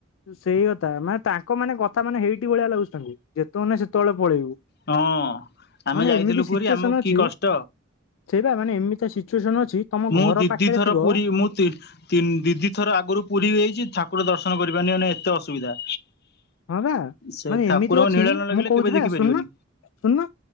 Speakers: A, on the left; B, on the left.
A: ସେଇ କଥା ମାନେ ତାଙ୍କ ମାନେ କଥା ମାନେ ହେଇଠି ଭଳିଆ ଲାଗୁଛନ୍ତି ଯେତେ ବେଳେ ନାଇ ସେତେ ସେଳେ ପଳେଇବୁ।
B: ହଁ। ଆମେ
A: ମାନେ
B: ଯାଇଥିଲୁ
A: ଏମିତି
B: ପୁରୀ
A: ସିଚୁଏସନ
B: ଆମକୁ କି
A: ଅଛି
B: କଷ୍ଟ
A: ସେଇବା ମାନେ ଏମିତି ଆସିଚୁଏସନ ଅଛି ତମ
B: ମୁଁ
A: ଘର
B: ଦିଦି
A: ପାଖରେ
B: ଥର
A: ଥିବ
B: <unintelligible> ତିନି ଦିଦି ଥର ଆଗରୁ ପୁରୀଯାଇଛି ଠାକୁର ଦର୍ଶନ କରିପାରିନାହି ମାନେଏତେ ଅସୁବିଧା।
A: ହଁ ବା
B: ସେ
A: ମାନେ
B: ଠାକୁରଙ୍କ
A: ଏମିତି ଅଛି
B: ନିଳା ନ ଲାଗିଲେ
A: ମୁଁ କହୁଛି
B: କେବେ ଦେଖିପାରିବନି
A: ବା ସୁଣୁନ ଶୁଣନ